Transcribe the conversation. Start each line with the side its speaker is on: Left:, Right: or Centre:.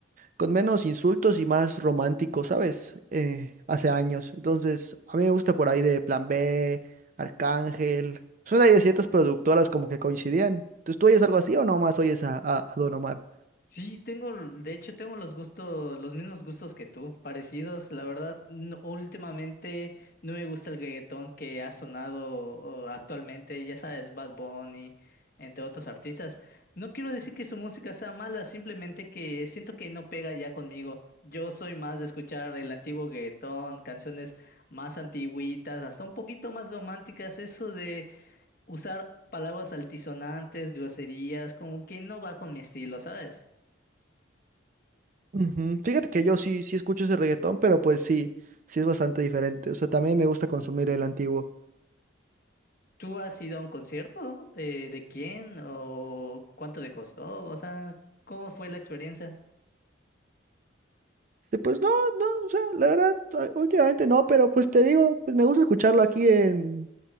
Right: con menos insultos y más romántico, ¿sabes? Eh, hace años. Entonces, a mí me gusta por ahí de Plan B, Arcángel. Son ahí de ciertas productoras como que coincidían. Entonces, ¿tú oyes algo así o nomás oyes a, a, a Don Omar?
Left: Sí, tengo, l- de hecho, tengo los gustos, los mismos gustos que tú, parecidos. La verdad, no- últimamente no me gusta el reggaetón que ha sonado oh, actualmente, ya sabes, Bad Bunny, entre otros artistas. No quiero decir que su música sea mala, simplemente que siento que no pega ya conmigo. Yo soy más de escuchar el antiguo reggaetón, canciones más antigüitas, hasta un poquito más románticas, eso de usar palabras altisonantes, groserías, como que no va con mi estilo, ¿sabes?
Right: Ujú. Fíjate que yo sí, sí escucho ese reggaetón, pero pues sí, sí es bastante diferente. O sea, también me gusta consumir el antiguo.
Left: ¿Tú has ido a un concierto? Eh, ¿de quién? ¿O cuánto te costó? O sea, ¿cómo fue la experiencia?
Right: Y pues no, no, o sea, la verdad, a- últimamente no, pero pues te digo, pues me gusta escucharlo aquí en,